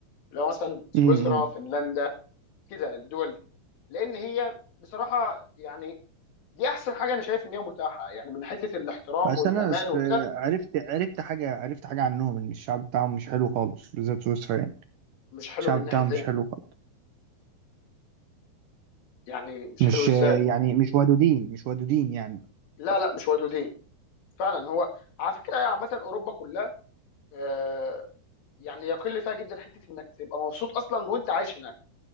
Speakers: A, on the left; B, on the right.
A: اللي هو مثلا سويسرا
B: امم
A: فنلندا كده الدول دي لان هي بصراحه يعني دي احسن حاجه انا شايف ان هي متاحه يعني من حته الاحترام
B: عشان
A: والامان
B: انا س-
A: وكده
B: عرفت عرفت حاجه عرفت حاجه عنهم ان الشعب بتاعهم مش حلو خالص بالذات سويسرا يعني
A: مش حلو
B: الشعب
A: من ناحيه
B: بتاعهم مش
A: ايه
B: حلو خالص
A: يعني مش
B: مش
A: حلو ازاي
B: يعني مش ودودين مش ودودين يعني
A: لا لا مش ودودين فعلا هو على فكره هي عامه اوروبا كلها آه يعني يقل فيها جدا حته انك تبقى مبسوط اصلا وانت عايش هناك